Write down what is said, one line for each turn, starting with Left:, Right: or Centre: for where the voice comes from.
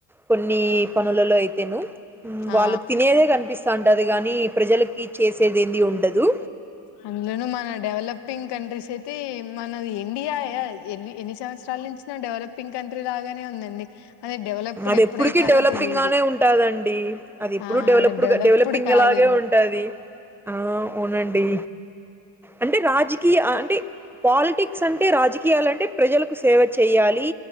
Centre: కొన్ని పనులలో అయితేను
Left: ఆ
Centre: వాళ్ళు తినేదే కనిపిస్తా ఉంటది గాని ప్రజలకి చేసేదేంది ఉండదు
Left: అందులోను మన డెవలపింగ్ కంట్రీస్ అయితే మనది ఇండియా ఎ ఎన్ని సంవత్సరాల నుంచిన్న డెవలపింగ్ కంట్రీ లాగానే ఉందండి అది డెవలప్డ్
Centre: అది
Left: ఎప్పుడైతదో
Centre: ఎప్పుడుకి డెవలపింగ్
Left: తెలియదు
Centre: గానే ఉంటదండి అది ఎప్పుడు
Left: ఆ
Centre: డెవలపుడు
Left: అది డెవలప్డ్
Centre: డెవలపింగ్
Left: కాదేమో
Centre: లాగే ఉంట ఆ అవునండి అంటే రాజీ అంటే పాలిటిక్స్ అంటే రాజకీయాలంటే ప్రజలకు సేవ చెయ్యాలి.